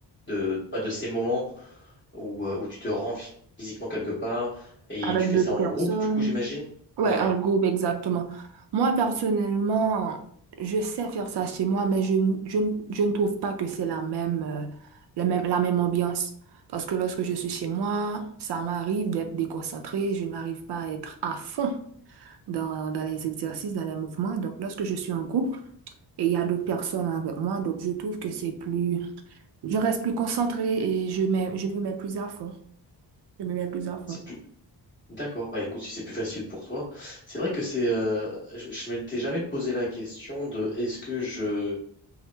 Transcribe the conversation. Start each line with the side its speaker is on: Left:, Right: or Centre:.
Left: de, bah, de ces moments où, euh, où tu te rends physiquement quelque part et
Right: Avec
Left: tu fais
Right: d'autres
Left: ça en
Right: personnes.
Left: groupe, du coup, j'imagine?
Right: Ouais,
Left: Ouais.
Right: en groupe, exactement. Moi, personnellement, je sais faire ça chez moi, mais je, n- je, n- je ne trouve pas que c'est la même, euh, la même, la même ambiance. Parce que lorsque je suis chez moi, ça m'arrive d'être déconcentrée, je n'arrive pas à être à fond dans, dans les exercices, dans les mouvements. Donc, lorsque je suis en groupe et il y a d'autres personnes avec moi, donc je trouve que c'est plus, je reste plus concentrée et je mets, je me mets plus à fond. Je me mets plus à fond.
Left: c'est plus D'accord, bah écoute, si c'est plus facile pour toi, c'est vrai que c'est, euh, je, je m'étais jamais posé la question de est-ce que je,